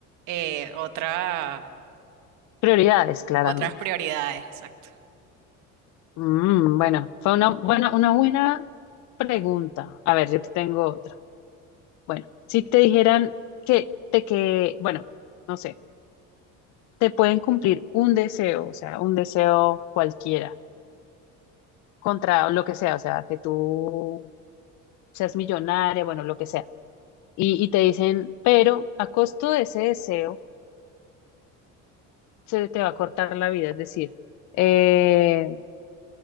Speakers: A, on the right; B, on the left.
A: eh, otra-
B: Prioridades, claramente.
A: otras prioridades, exacto.
B: Mm, bueno, fue una buena, una buena pregunta. A ver, yo te tengo otra. Bueno, si te dijeran que te que, bueno, no sé, te pueden cumplir un deseo, o sea, un deseo cualquiera, contra lo que sea, o sea, que tú seas millonaria, bueno, lo que sea. Y, y te dicen, pero a costo de ese deseo se te va a cortar la vida, es decir, eh,